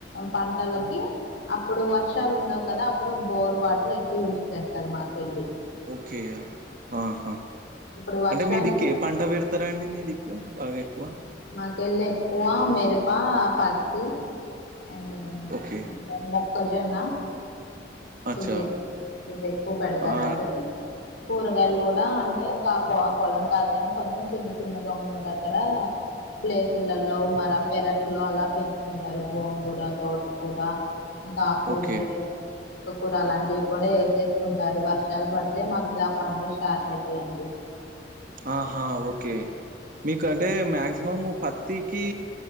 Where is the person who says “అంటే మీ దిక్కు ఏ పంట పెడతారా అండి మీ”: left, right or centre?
Right